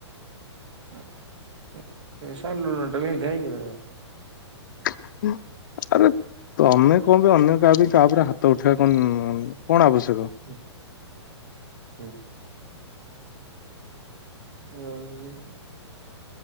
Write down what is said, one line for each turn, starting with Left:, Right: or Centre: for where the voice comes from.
Right: <unintelligible>
Left: <unintelligible> ତମେ କଣ ବି ଅନ୍ୟ କାହା ପାଇଁ ତାପରେ ହାତ ଉଠେଇବା କ କଣ ଆବଶ୍ୟକ?
Right: ହୁଁ ହୁଁ। ହୁଁ।